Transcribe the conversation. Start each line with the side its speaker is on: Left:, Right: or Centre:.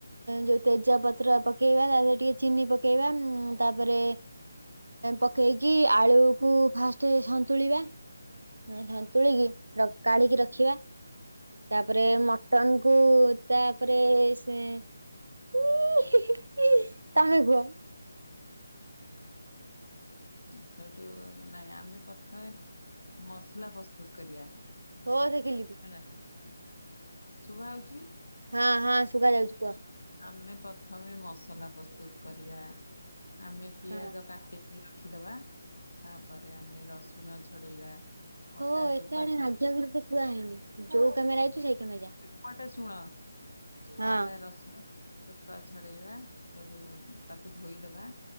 Right: ଯ ତେଜ ପତ୍ର ପକେଇବା ତା ଦେରେ ଟିକେ ଚିନି ପକେଇବା ତାପରେ ପକାଇକି ଆଳୁକୁ ଫାଷ୍ଟ ସନ୍ତୁଳିବା। ସନ୍ତୁଳିକି କାଢିକି ରଖିବା ତାପରେ ରେ ମଟନ୍ କୁ ତାପରେ ସେ <unintelligible> ତମେ କୁହ
Left: <inaudible> ଏଥିରୁ ଟିକେ ନାଇଁ ଆମେ ପ୍ରଥମେ ମସଲା ପ୍ରସ୍ତୁତ କରିବା।
Right: ହଁ ସିଖିଲି ବି।
Left: ହେଲା। ସୁବା ହଉଛି।
Right: ହଁ ହଁ ଶୁବା ଯାଉଛି କୁହ।
Left: ଆମେ ପ୍ରଥମେ ମସଲା ପ୍ରସ୍ତୁତ କରିବା ଆମେ ପିଆଜ
Right: ହଁ
Left: କାଟିକି ରଖିଦବା ତାପରେ ଆମେ ରସୁଣ ଛଡ଼େଇବା
Right: ଥୋ
Left: ଅଦା
Right: ଏତେ
Left: ଚୋପା ଛଡ଼େ
Right: <unintelligible> କୁହା ହେଇନି ଯୋଉ କାମରେ ଆଇଛୁ ସେଇ କ୍ୟାମେରା ଯା
Left: ଏପଟେ ଶୁଣ
Right: ହଁ
Left: ଅଦା ରସୁଣ ଚୋପା ଛଡ଼େଇବା ସେଠୁ ତାକୁ ଧୋଇଦବା